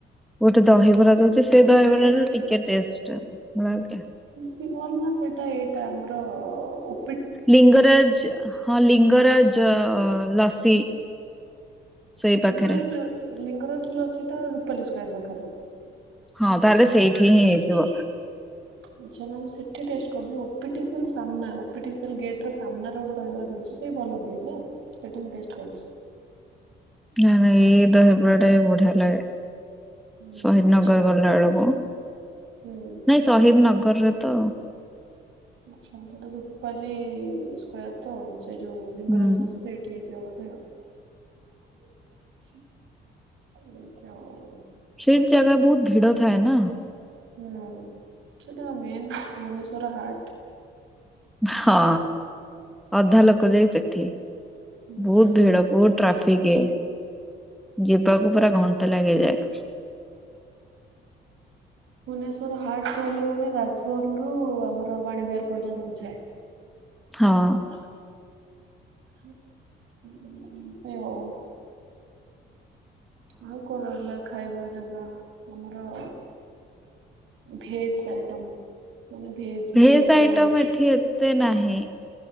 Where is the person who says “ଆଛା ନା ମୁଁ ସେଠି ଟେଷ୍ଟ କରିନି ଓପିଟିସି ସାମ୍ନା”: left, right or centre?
Right